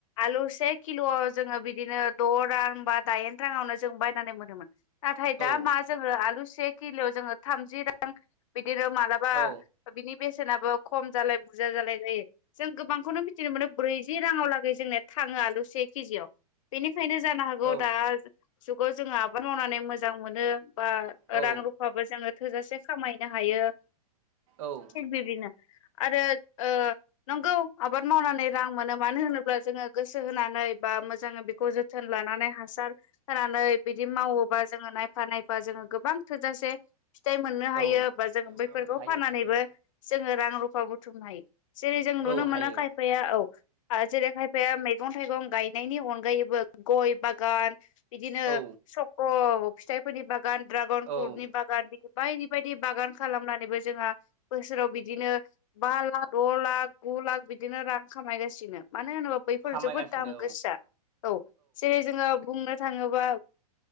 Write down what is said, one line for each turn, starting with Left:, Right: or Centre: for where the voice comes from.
Left: आलु से किल'आव जोङो बिदिनो द रां बा दायेन राङावनो जों बायनानै मोनोमोन। नाथाय
Right: औ
Left: दा मा जोङो आलु से खिल'आव जोङो थामजि रां बिदिनो मालाबा
Right: औ
Left: बिनि बेसेनाबो खम जालाय बुरजा जालाय जायो। जों गोबांखौनो मिथिनो मोनो ब्रैजि राङाव लागै जोंनिया थाङो आलु से केजियाव। बेनिखायनो जानो हागौ
Right: औ
Left: दा जुगाव जोङो आबाद मावनानै मोजां मोनो। बा
Right: औ
Left: रां रुफाबो जोङो थोजासे खामायनो हायो।
Right: औ।
Left: थि बिदिनो आरो नंगौ आबाद मावनानै रां मोनो मानो होनोब्ला जोङो गोसो होनानै बा मोजाङै बेखौ जोथोन लानानै हासार होनानै बिदि मावोबा जोङो नायफा नायफा जोङो गोबां थोजासे फिथाय मोननो
Right: औ
Left: हायो बा जों बैफोरखौ
Right: हायो
Left: फाननानैबो
Right: हायो
Left: जोङो रां रुफा बुथुमनो हायो। जेरै जों नुनो
Right: औ हायो
Left: मोनो खायफाया औ। जेरै खायफाया मैगं थायगं गायनायनि अनगायैबो गय बागान। बिदिनो
Right: औ
Left: सक' फिथायफोरनि बागान ड्रागन
Right: औ
Left: फ्रुटनि बाग गान बिदि बायदि बायदि बागान खालामनानैबो जोंहा बोसोराव बिदिनो बा ला द लाख गु लाख बिदिनो रां खामायगासिनो मानो होनोबा बैफोर
Right: खामायगासिनो
Left: जोबोद दाम गोसासा। औ जेरै जोङो बुंनो थाङोबा